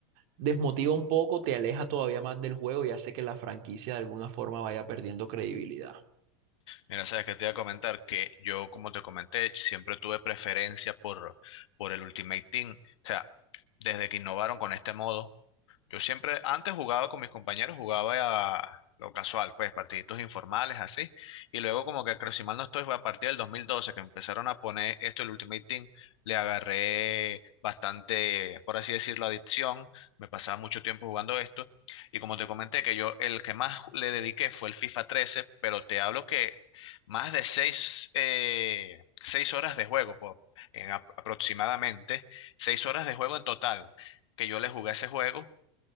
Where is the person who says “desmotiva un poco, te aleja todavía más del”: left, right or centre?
Right